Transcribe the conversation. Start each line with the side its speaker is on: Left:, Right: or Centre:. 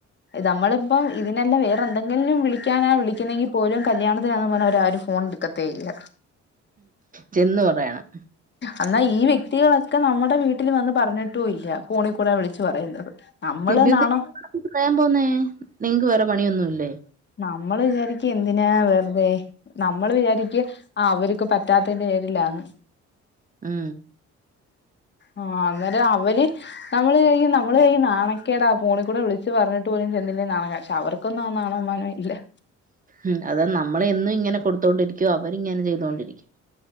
Left: നമ്മളിപ്പം ഇതിനെല്ലെ വേ എന്തെങ്കിലും വിളിക്കാന വിളിക്കുന്നെങ്കിൽ പോലും കല്യാണത്തിനാന്നും പറഞ്ഞ അവരാരും ഫോൺ എടുക്കത്തേ ഇല്ല
Right: ചെന്ന് പറയണം
Left: എന്നാ ഈ വ്യക്തികളൊക്ക്- ഒക്കെ നമ്മടെ വീട്ടിൽ വന്ന് പറഞ്ഞിട്ടുല്ല ഫോണികൂടെ വിളിച്ചു പറയുന്നത്. നമ്മള്
Right: പിന്നെ എന്ത
Left: നാണം
Right: <inaudible> പറയാൻ പോന്നേ നിങ്ങക്ക് വേറെ പണിയൊന്നുല്ലേ
Left: നമ്മള് വിചാരിക്ക എന്ത് ന്തിനാ വെറുതെ നമ്മൾ വിചാരിക്കി ആ അവര്ക്ക് പറ്റാത്തന്റെ പേരിലാന്ന്
Right: മ്
Left: ആ അന്നേരം അവര് നമ്മള് ചെയ്യും നമ്മള് ചെയ്യും നാണ ക്കേടാ ഫോണിക്കൂടെ വിളിച്ച് പറഞ്ഞിട്ട് പോലും ചെന്നില്ലേ നാണ പക്ഷെ അവർക്കൊന്നും ആ നാണോം മാനോം <unintelligible>
Right: മ് അത് നമ്മള് എന്നും ഇങ്ങനെ കൊടുത്തോണ്ടിരിക്കും അവരിങ്ങനെ ചെയ്തൊണ്ടിരിക്കും